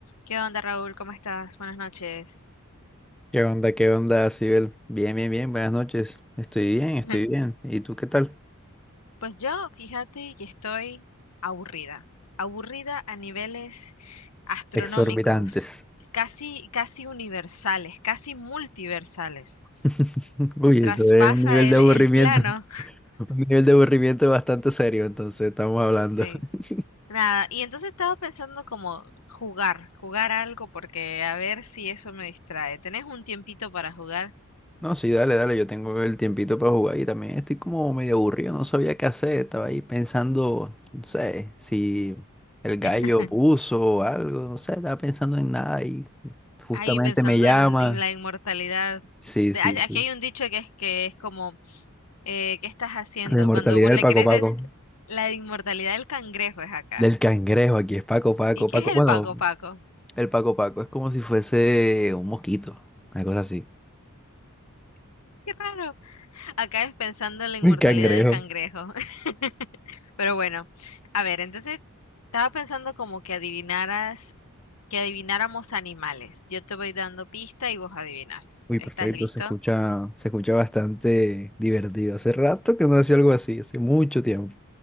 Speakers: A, on the left (about 85°); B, in the centre.
A: ¿Qué onda, Raúl? ¿Cómo estás? Buenas noches.
B: ¿Qué onda? ¿Qué onda, Sibel? Bien, bien, bien, buenas noches. Estoy bien,
A: <laughs>
B: estoy bien. ¿Y tú qué tal?
A: Pues yo, fíjate que estoy aburrida, aburrida a niveles astronómicos,
B: Exorbitantes.
A: casi, casi universales, casi multiversales.
B: <laughs> Uy,
A: Traspasa
B: eso es un nivel
A: el,
B: de aburrimiento,
A: el plano.
B: un nivel de aburrimiento bastante serio, entonces estamos hablando.
A: Sí.
B: <laughs>
A: Nada, y entonces estaba pensando como jugar, jugar algo porque a ver si eso me distrae. ¿Tenés un tiempito para jugar?
B: No, sí, dale, dale, yo tengo el tiempito para jugar y también estoy como medio aburrido, no sabía qué hacer, estaba ahí pensando, no sé, si el gallo
A: <laughs>
B: puso algo, no sé, estaba pensando en nada y justamente
A: Ahí pensando
B: me llama.
A: en, en la inmortalidad.
B: Sí,
A: De-
B: sí.
A: a- aquí
B: sí.
A: hay un dicho que es que es como, eh, ¿qué estás haciendo?
B: La inmortalidad
A: Cuando vos
B: del
A: le
B: Paco
A: crees
B: Paco.
A: des- la inmortalidad del cangrejo es acá.
B: Del cangrejo, aquí es Paco Paco,
A: ¿Y qué
B: Paco.
A: es el
B: Bueno,
A: Paco Paco?
B: el Paco Paco es como si fuese un mosquito, una cosa así.
A: Qué raro. Acá es pensando en la inmortalidad
B: Un cangrejo.
A: del cangrejo. <laughs> Pero bueno, a ver, entonces estaba pensando como que adivinaras, que adivináramos animales. Yo te voy dando pista y vos adivinas.
B: Uy,
A: ¿Estás
B: perfecto,
A: listo?
B: se escucha, se escucha bastante divertido. Hace rato que no hacía algo así, hace mucho tiempo.